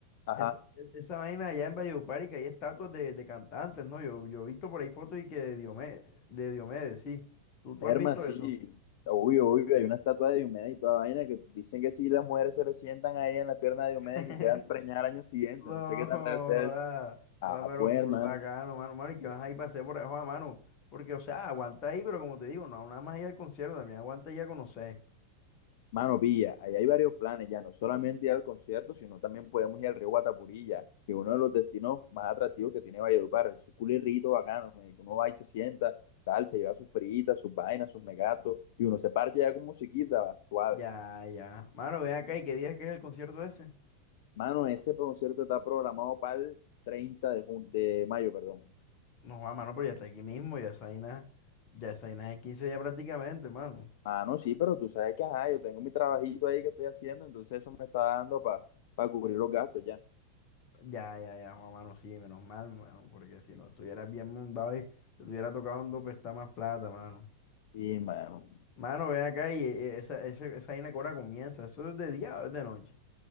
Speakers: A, on the left; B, on the left.
A: Ajá,
B: es- es- esa vaina allá en Valledupar y que hay estatuas de, de cantantes, ¿no? Yo, yo he visto por ahí fotos y que de Diomedes, de Diomedes, sí. ¿Tú, tú
A: Herma,
B: has visto
A: sí.
B: Eh, eso?
A: Obvio, obvio, hay una estatua de Diomedes y toda vaina que dicen que si las mujeres se le sientan ahí en la pierna de Diomedes
B: <laughs>
A: que quedan preñadas al año siguiente,
B: No,
A: no sé qué tan
B: joda.
A: real sea eso. Ah,
B: Joda, pero
A: pues,
B: full
A: hermano.
B: bacano, mano. Mano, y que vas ahí pasé por abajo a mano. Porque, o sea, aguanta ahí, pero como te digo, no, nada más ir al concierto, también aguanta ya a conocer.
A: Mano, pilla, ahí hay varios planes ya, no solamente ir al concierto, sino también podemos ir al río Guatapurí, ya, que es uno de los destinos más atractivos que tiene Valledupar. Es un culirrito bacano, marico. Uno va y se sienta, tal, se lleva sus fritas, sus vainas, sus megatos, y uno se parcha ya con musiquita, va, suave.
B: Ya, ya. Mano, ven acá y qué día es que es el concierto ese.
A: Mano, ese concierto está programado para el 30 de, jun- de mayo, perdón.
B: No, joda, mano, pero ya está aquí mismo, ya esa vaina, ya esa vaina es en 15 ya prácticamente, mano.
A: Ah, no, sí, pero tú sabes que, ajá, yo tengo mi trabajito ahí que estoy haciendo, entonces eso me está dando para cubrir los gastos ya.
B: Ya, ya, ya, Juan, mano, sí, menos mal, mano, porque si no estuvieras bien mundado y te tuviera tocado un dopestar más plata, mano.
A: Y, mano,
B: Mano, ven acá y eh, esa, ese- esa vaina que ahora comienza, ¿eso es de día o es de noche?